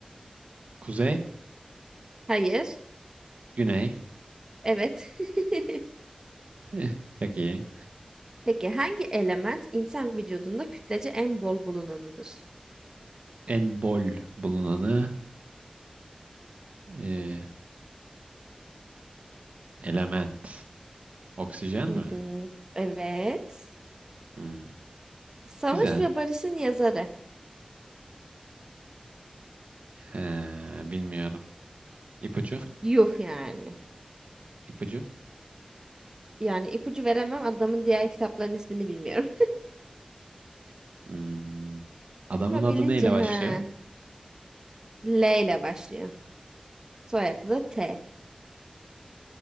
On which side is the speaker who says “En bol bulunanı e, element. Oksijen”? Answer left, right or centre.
Right